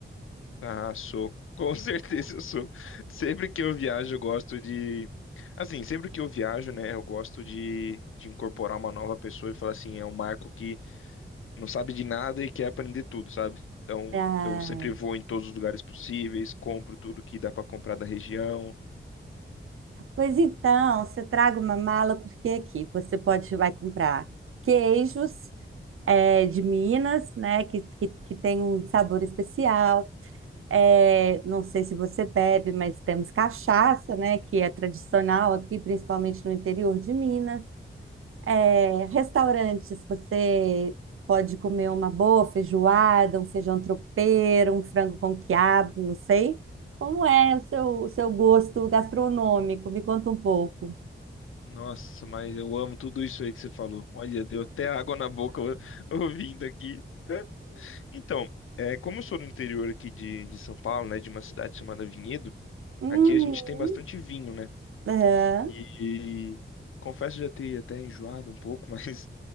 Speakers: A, on the left; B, on the right.
A: Ah, sou. Com <laughs> certeza eu sou. Sempre que eu viajo, eu gosto de. Assim, sempre que eu viajo, né, eu gosto de, de incorporar uma nova pessoa e falar assim, é um Marco que não sabe de nada e quer aprender tudo, sabe? Então,
B: Ah,
A: eu sempre vou em todos os lugares possíveis, compro tudo que dá pra comprar da região.
B: pois então, você traga uma mala, porque aqui você pode vai comprar queijos eh, de Minas, né? Que, que, que tem um sabor especial. Eh, não sei se você bebe, mas temos cachaça, né? Que é tradicional aqui, principalmente no interior de Minas. É, restaurantes, você pode comer uma boa feijoada, um feijão tropeiro, um frango com quiabo, não sei. Como é o seu, o seu gosto gastronômico? Me conta um pouco.
A: Nossa, mas eu amo tudo isso aí que você falou. Olha, deu até água na boca <laughs> ouvindo aqui. Então, é, como eu sou do interior aqui de, de São Paulo, né, de uma cidade chamada Vinhedo,
B: Uhum.
A: aqui a gente tem bastante vinho, né?
B: Aham,
A: E confesso já ter até enjoado um pouco, <laughs> mas